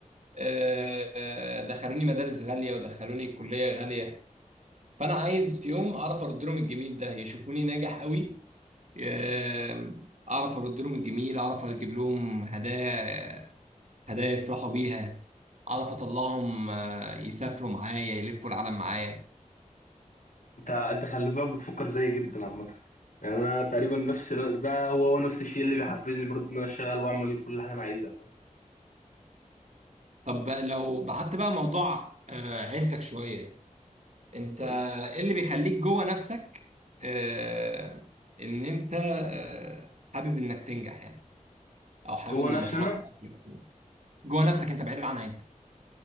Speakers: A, on the right (about 60°); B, on the left (about 75°).
A: آه، آه، دخلوني مدارس غاليه ودخلوني كليه غاليه فانا عايز في يوم اعرف ارد لهم الجميل ده يشوفوني ناجح قوي آه، اعرف ارد لهم الجميل اعرف اجيب لهم هدايا هدايا يفرحوا بيها اعرف اطلعهم آه، يسافروا معايا يلفوا العالم معايا
B: انت انت خلي بالك بتفكر زيي جدا عامة يعني انا تقريبا نفس ال- ده هو هو نفس الشيء اللي بيحفزني برضه ان انا اشتغل واعمل كل حاجة انا عايزها فاهم
A: طب لو بعدت بقى موضوع آه، عيلتك شوية انت
B: مم.
A: ايه اللي بيخليك جوه نفسك آه، ان انت آه، حابب انك تنجح يعني او حابب
B: جوه
A: ان
B: نفسي
A: المشروع
B: انا
A: بتاعك يبقى كده؟ جوه نفسك انت بعيد عن عيلتك